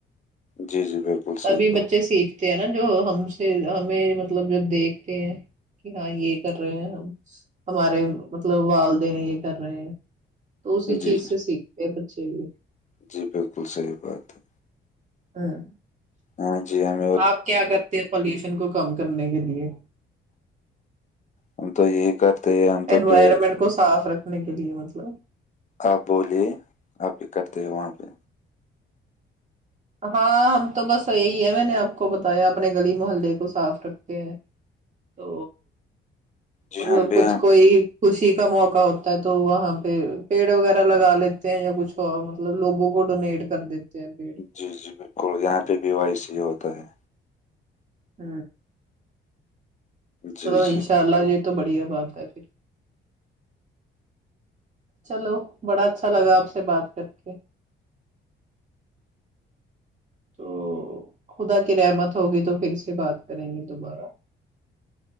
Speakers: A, on the left; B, on the right.
A: جی جی بالکل
B: تبھی
A: صحیح بات
B: بچے سیکھتے ہیں نا جو ہم سے ہمیں مطلب جب دیکھتے ہیں کہ ہاں یہ کر رہے ہیں ہمارے مطلب والدین یہ کر رہے ہیں تو اسی چیز
A: جی
B: سے سیکھتے بچے بھی
A: جی بالکل صحیح بات ہے
B: ہاں
A: ہاں جی ہم
B: آپ کیا کرتے ہیں پالوشن کو کم کرنے کے لیے
A: ہم تو یہ کرتے ہیں تو
B: انوائرمنٹ
A: پیڑ
B: کو صاف رکھنے کے لیے مطلب
A: آپ بولیے آپ یہ کرتے ہو وہاں پہ
B: ہاں ہم تو بس یہی ہے میں نے آپ کو بتایا اپنے گلی محلے کو صاف رکھتے ہیں تو
A: جی
B: مطلب
A: ہم بھی
B: کچھ
A: یہاں
B: کوئی خوشی کا موقع ہوتا ہے تو وہاں پہ پیڑ وغیرہ لگا لیتے ہیں یا کچھ اور مطلب لوگوں کو ڈونیٹ کر دیتے ہیں پیڑ
A: جی جی بالکل یہاں پہ بھی وائی سی ہی ہوتا ہے
B: ہ
A: جی
B: چلو
A: جی
B: انشاء اللہ جی تو بڑھیا بات ہے پھر چلو بڑا اچھا لگا آپ سے بات کر کے تو خدا کی رحمت ہوگی تو پھر سے بات کریں گے دوبارہ